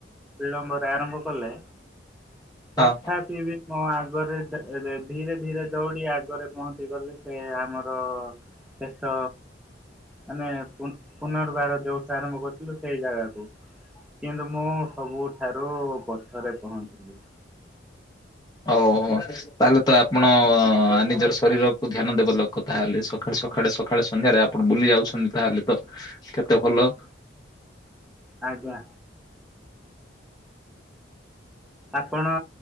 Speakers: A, in the centre; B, on the left (about 20°).
A: ବିଳମ୍ବରେ ଆରମ୍ଭ କଲେ।
B: ହଁ
A: ତଥାପି ବି ମୁଁ ଆଗରେ ଧୀରେ ଧୀରେ ଦୌଡି ଆଗରେ ପହଞ୍ଚିଗଲେ। ସେ ଆମର ଶେଷ ମାନେ ପୁନର୍ବାର ଯୋଉଠୁ ଆରମ୍ଭ କରିଥିଲୁ ସେଇ ଜାଗାକୁ କିନ୍ତୁ ମୁଁ ସବୁଠାରୁ ପଛରେ ପହଞ୍ଚିଲି।
B: ଓହୋ। ତାହେଲେ ତ ଆପଣ ନିଜର ଶରୀରକୁୁ ଧ୍ୟାନ ଦେବା ଲୋକ ତାହେଲେ, ସକାଳେ ସକାଳେ ସକାଳେ ସନ୍ଧ୍ୟାରେ ଆପଣ ବୁଲି ଯାଉଛନ୍ତି ତାହେଲେ ତ। କେତେ ଭଲ
A: ଆଜ୍ଞା। ଆପଣ